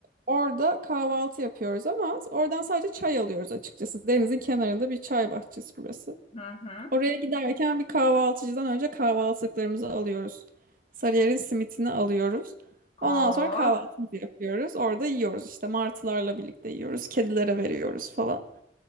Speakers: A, on the right; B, on the left.
A: orada kahvaltı yapıyoruz ama oradan sadece çay alıyoruz açıkçası. Denizin kenarında bir çay bahçesi burası.
B: Hı hı.
A: Oraya giderken bir kahvaltıcıdan önce kahvaltılıklarımızı alıyoruz. Sarıyer'in simitini alıyoruz. Ondan
B: Oh.
A: sonra kahvaltımızı yapıyoruz. Orada yiyoruz işte martılarla birlikte yiyoruz. Kedilere veriyoruz falan.